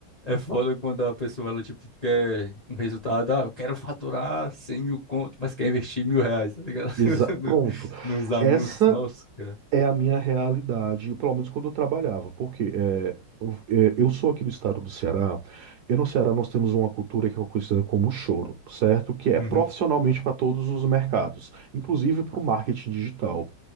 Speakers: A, on the left; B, on the right.
A: É foda quando a pessoa, ela, tipo, quer um resultado, ah, eu quero faturar 100 mil conto, mas quer investir mil reais, tá ligado?
B: Exa-
A: <laughs> No-
B: Pronto.
A: Nos anúncios,
B: Essa
A: nossa, cara.
B: É a minha realidade, pelo menos quando eu trabalhava, porque é, eu é, eu sou aqui do estado do Ceará, e no Ceará nós temos uma cultura que é conhecida como choro, certo? Que é
A: Uhum.
B: profissionalmente para todos os mercados, inclusive para o marketing digital.